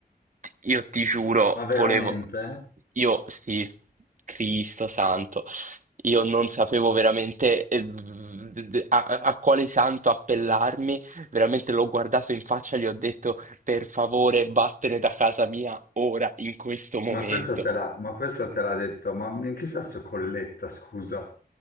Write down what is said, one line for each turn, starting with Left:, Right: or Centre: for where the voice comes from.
Right: io ti giuro,
Left: Ma veramente?
Right: volevo, io sì, Cristo santo. Io non sapevo veramente eh, d- d- a, a- a quale santo appellarmi, veramente l'ho guardato in faccia e gli ho detto per favore vattene da casa mia ora, in questo momento.
Left: Ma questo te l'ha ma questo te l'ha detto, ma in che senso colletta, scusa?